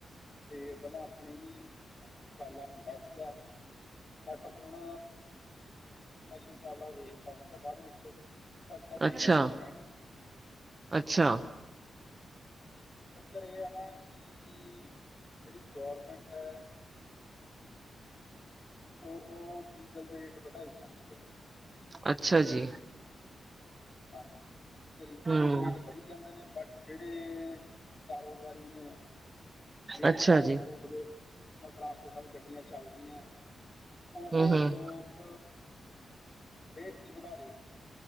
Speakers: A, on the left (about 35°); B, on the right (about 25°).
A: ਤੇ ਪਹਿਲਾਂ ਆਪਣੇ ਵੀ ਉਰਾਲਾ ਹੁੰਦਾ ਸੀਗਾ ਬਟ ਹੁਣ ਅਸੀਂ ਉਪਰਾਲਾ ਵੇਚਤਾ ਸੀਗਾ ਬਾਅਦ ਵਿੱਚ ਭੱਜਦਾ ਪੁੱਜਦਾ
B: ਅੱਛਾ,
A: ਕੁਛ ਹੈ ਨੀ ਸੀ
B: ਅੱਛਾ,
A: ਇੱਕ ਚੱਕਰ ਇਹ ਹੈ ਨਾ ਕਿ ਜਿਹੜੀ ਗੌਰਮੈਂਟ ਹੈ ਉਹ ਡੀਜ਼ਲ ਦੇ ਰੇਟ ਵਧਾਈ ਜਾਂਦੀ ਹੈ
B: ਅੱਛਾ ਜੀ
A: ਹਾਂਜੀ ਤੇ ਰੀਜੀ
B: ਹੂੰ,
A: ਜਾਂਦੇ ਨੇ ਰੇਟ ਵਧੀ ਜਾਂਦੇ ਨੇ ਬਟ ਜਿਹੜੇ ਕਾਰੋਬਾਰੀ ਜਿਹੜੇ
B: ਅੱਛਾ
A: ਟਰਾਂਸਪੋਰਟ
B: ਜੀ,
A: ਦੇ ਟਰਾਂਸਪੋਰਟਾਂ ਦੀ ਗੱਡੀਆਂ ਚੱਲਦੀਆਂ ਉਹ
B: ਹੂੰ-ਹੂੰ,
A: ਲੋਕ ਰੇਟ ਨੀ ਵਧਾ ਰੇ